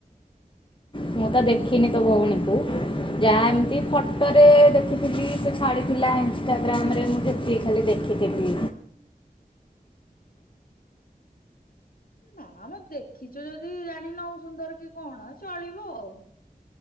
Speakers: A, on the left (about 30°); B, on the left (about 65°).
A: ମୁଁ ତ ଦେଖିନି ତୋ ଭଉଣୀକୁ। ଯାହା ଏମିତି ଫୋଟୋରେ ଦେଖିଥିଲି ସେ ଛାଡିଥିଲା ଇନଷ୍ଟାଗ୍ରାମରେ ମୁଁ ଦେଖି ଖାଲି ଦେଖିଥିଲି।
B: ନା ମ ଦେଖିଛୁ ଯଦି ଜାଣିନାଉ ସୁନ୍ଦର କି କଣ ଚଳିବ ଆଉ।